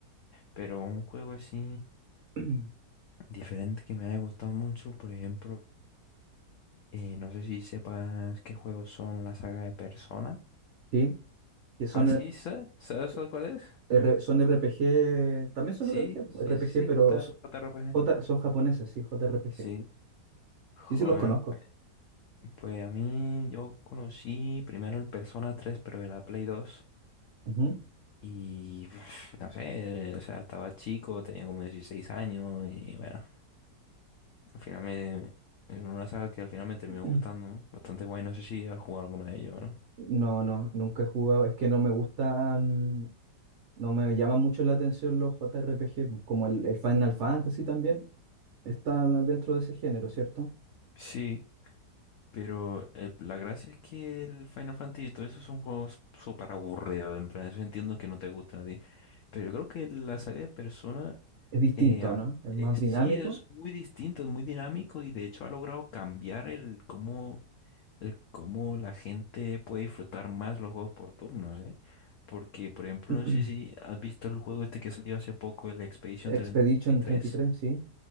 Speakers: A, on the left; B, on the right.
A: Pero un juego así
B: <clears throat>
A: diferente que me haya gustado mucho, por ejemplo, eh, no sé si sepas qué juegos son la saga de Persona.
B: Sí, que son,
A: Ah, sí,
B: eh,
A: ¿sabes? ¿Sabes
B: so-
A: cuál es?
B: R- son R P G, también son
A: Sí,
B: R P G,
A: sí,
B: R P
A: sí,
B: G,
A: sí,
B: pero
A: J,
B: so-
A: JRPG.
B: J- son japoneses, sí, J R P
A: Sí,
B: G,
A: joder,
B: Sí, sí, los conozco.
A: pues, pues a mí yo conocí primero el Persona 3 pero de la Play dos
B: Ujú.
A: Y <sniffs> no sé, o sea, estaba chico, tenía como 16 años y bueno, al final me... Es una saga que al final me
B: <clears throat>
A: terminó gustando, ¿no? Bastante guay, no sé si has jugado alguno de ellos, ¿no?
B: No, no, nunca he jugado, es que no me gustan, no me llaman mucho la atención los J R JRPG, po, como el, el Final Fantasy también está dentro de ese género, ¿cierto?
A: Sí, Pero eh, la gracia es que el Final Fantasy y todo eso son juegos súper aburridos. En plan, eso entiendo que no te gusta a ti. Pero yo creo que la saga de Persona
B: Es distinto,
A: eh, a-
B: ¿no? Es
A: eh,
B: más
A: sí
B: dinámico.
A: es muy distinto, es muy dinámico y de hecho ha logrado cambiar el cómo, el cómo la gente puede disfrutar más los juegos por turnos, ¿eh? Porque, por ejemplo,
B: <clears throat>
A: no sé si has visto el juego este que salió hace poco, el Expedition
B: Expedition
A: 33.
B: treinta y tres, sí.